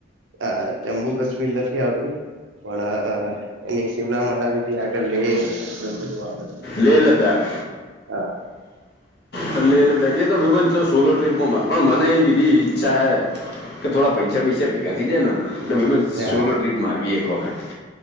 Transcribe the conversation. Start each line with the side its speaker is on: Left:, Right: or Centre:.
Right: હા, જમ્મુ કાશ્મીર નથી આવતું. પણ, સીમલા મનાલી થી આગળ લેહ ને બધું આવે.
Left: લેહ લદ્દાખ,
Right: હા
Left: પણ લેહ લદ્દાખ કે લો વિમાનચો સોલો ટ્રિપ હું મારું. પણ મને એક એવી ઈચ્છા હૈ, કે થોડા પૈસા બૈસા ભેગા થઈ જાય ન. <unintelligible>
Right: હા
Left: સોલો ટ્રીપ મારવી એક વખત,